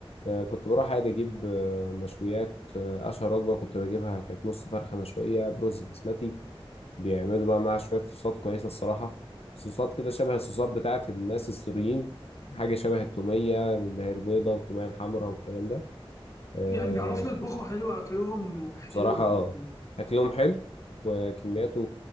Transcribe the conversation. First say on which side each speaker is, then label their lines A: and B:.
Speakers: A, on the left (about 80°); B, on the left (about 30°).
A: آه، كنت بروح عادي أجيب آه، مشويات آه، أشهر وجبة كنت بجيبها كانت نص فرخة مشوية برز بسمتي بيعملوا بقى معاها شوية صوصات كويسة الصراحة صوصات كده شبه الصوصات بتاعت الناس السوريين حاجة شبه التومية اللي هي البيضة والتومية الحمراء والكلام ده آه،
B: يعني بيعرفوا يطبخوا حلو اكلهم حلو
A: بصراحة
B: يعني
A: آه، أكلهم حلو وكمياته